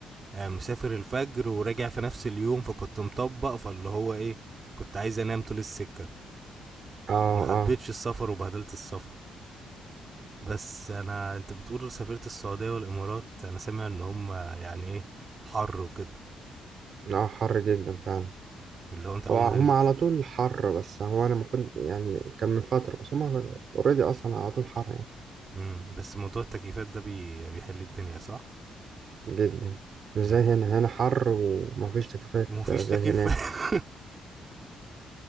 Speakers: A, on the right (about 35°); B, on the right (about 55°).
A: آه، مسافر الفجر وراجع في نفس اليوم فكنت مطبق فاللي هو إيه كنت عايز أنام طول السكة
B: اه
A: فما حبيتش
B: اه
A: السفر وبهدلت السفر بس أنا أنت بتقول سافرت السعودية والإمارات أنا سامع إن هم يعني إيه حر وكده
B: اه حر جدا فعلا
A: اللي هو أنت أول
B: وهم
A: ما تنزل
B: على طول حر بس هو انا ما كنت يعني كان من فترة بس هم اوريدي اصلا على طول حر يعني
A: امم بس موضوع التكييفات ده بي... بيحل الدنيا صح؟
B: جدا مش
A: امم
B: زي هنا هنا حر ومفيش تكييفات
A: ومفيش
B: زي
A: تكييف
B: هناك
A: <laughs>